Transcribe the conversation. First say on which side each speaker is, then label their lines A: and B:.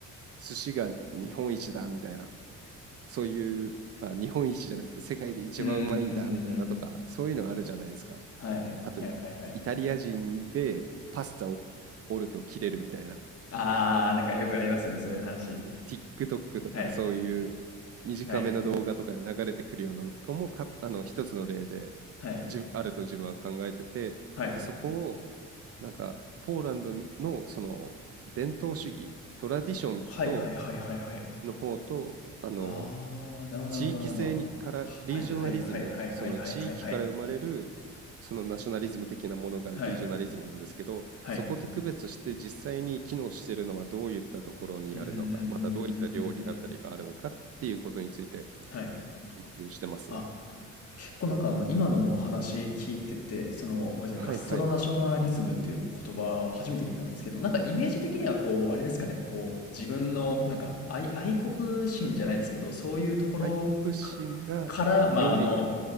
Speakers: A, on the right; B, on the left.
A: 寿司が日本一だみたいな、そういう、あ、日本一じゃなくて世界で一番うまいんだみたいなとか、
B: うんうんうんうん
A: そういうのあるじゃないですか。
B: はいはいはいはいはいあはいはいうん
A: あとイ、イタリア人でパスタを折ると切れるみたいな。
B: ああ、なんかよくありますよね、そういう話。
A: TikTok とかそういう短めの動画とかで流れてくるようなのとかもか、
B: はい。はい。
A: あの、一つの例で、
B: はい。
A: じゅ、あると自分は考えてて、
B: はい。
A: で、そこを、なんか、ポーランドの、その、伝統主義、トラディションと、
B: はいはいはいはいはい。
A: の方と、あの、
B: ああ、なるほどなるほどなるほど。
A: 地域性にから、リージョナリズム、
B: はいはいはいはいはいはいはいはい。
A: その地域から生まれる、そのナショナリズム的なものがリージョナリズムなんですけど、
B: はい。はい。
A: そこと区別して実際に機能しているのはどういったところにあるのか、
B: うんうんうんうんうんうん。
A: またどういった料理だったりがあるのかっていうことについて
B: はい。
A: 研究してますね。
B: あ、結構なんかあの、今のお話聞いてて、その、ごめんなさい、
A: はいはい。
B: ガストロナショナリズムっていう言葉初めて聞いたんですけど、なんかイメージ的にはこう、
A: はい。
B: あれですかね、こう、自分のなんか愛、愛国心じゃないですけど、そういうところか、
A: 愛国心が料理に現
B: から、まああの、